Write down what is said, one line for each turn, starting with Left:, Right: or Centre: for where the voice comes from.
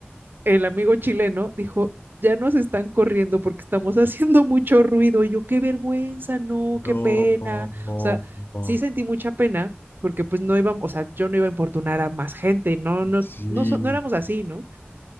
Right: el amigo chileno dijo, ya nos están corriendo porque estamos <laughs> haciendo mucho ruido. Y yo, qué vergüenza, no,
Left: No.
Right: qué pena.
Left: no.
Right: O sea, sí sentí mucha pena porque pues no íbamos, o sea, yo no iba a importunar a más gente, no, no,
Left: Sí.
Right: no, so- no éramos así, ¿no?